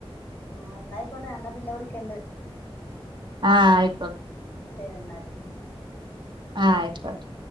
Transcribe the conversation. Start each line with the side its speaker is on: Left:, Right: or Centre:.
Left: ആ എന്നായിക്കോട്ടെ എന്നാ പിന്നെ വിളിക്കണ്ട്
Right: ആ ആയി
Left: എന്ന ശരിയെലെന്നാലേ
Right: ആ ആയിക്കോട്ടെ